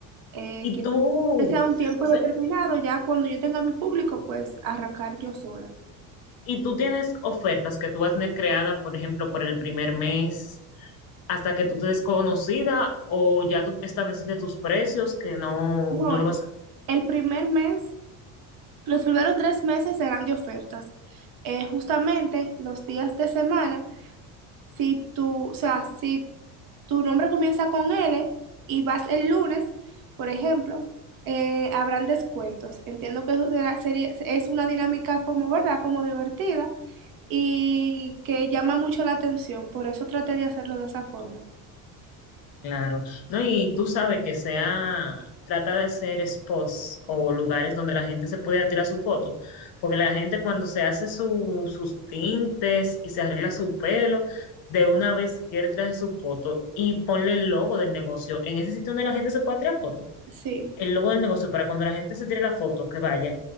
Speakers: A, on the right; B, on the left.
A: Eh,
B: Y
A: quiero
B: tú,
A: que sea un tiempo
B: o
A: determinado,
B: sea,
A: ya cuando yo tenga mi público, pues arrancar yo sola.
B: y tú tienes ofertas que tú vas a tener creada, por ejemplo, por el primer mes, hasta que tú te des conocida o ya tú estableciste tus precios que no,
A: No,
B: no lo vas a...
A: el primer mes Los primeros tres meses serán de ofertas. Eh, justamente los días de semana, si tú, o sea, si tu nombre comienza con L y vas el lunes, por ejemplo, eh, habrán descuentos. Entiendo que eso será, sería, es una dinámica como, ¿verdad? Como divertida y que llama mucho la atención. Por eso traté de hacerlo de esa forma.
B: Claro, no, y tú sabes que sea, trata de hacer spots o lugares donde la gente se pueda tirar su foto, porque la gente cuando se hace su- sus tintes y se arregla su pelo, de una vez quiere tirarse su foto y ponle el logo del negocio en ese sitio donde la gente se pueda tirar foto,
A: Sí.
B: el logo del negocio para cuando la gente se tire la foto, que vaya